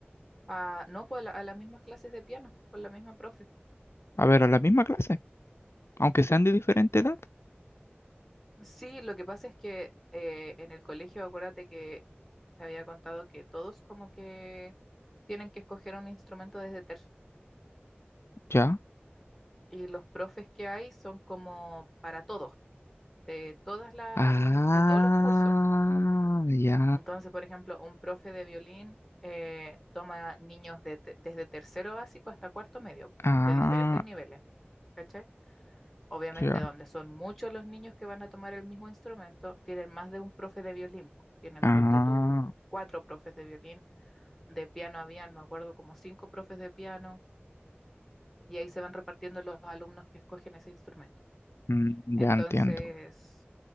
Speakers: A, in the centre; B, on the left (about 85°).
A: Ah, no, pues a, la- a las mismas clases de piano, con la misma profe.
B: A ver, a la misma clase, aunque sean de diferente edad.
A: Sí, lo que pasa es que eh, en el colegio, acuérdate que te había contado que todos como que tienen que escoger un instrumento desde tercero.
B: Ya.
A: Y los profes que hay son como para todos, de todas la,
B: Ah,
A: l- de todos los cursos.
B: ya.
A: Entonces, por ejemplo, un profe de violín eh, toma niños de te- desde tercero básico hasta cuarto medio,
B: Ah,
A: de diferentes niveles. ¿Cachai? Obviamente,
B: ya.
A: donde son muchos los niños que van a tomar el mismo instrumento, tienen más de un profe de violín. po. Tienen,
B: Ah,
A: ponte tú, cuatro profes de violín. De piano habían, me acuerdo, como cinco profes de piano. Y ahí se van repartiendo los alumnos que escogen ese instrumento.
B: mm,
A: Entonces,
B: ya entiendo.